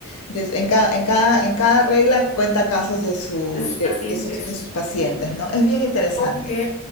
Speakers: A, on the left; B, on the left.
A: de- en cada, en cada, en cada regla cuenta casos de sus,
B: sus
A: de,
B: pacientes.
A: de sus, de sus pacientes, ¿no? Es bien interesante.
B: Ok,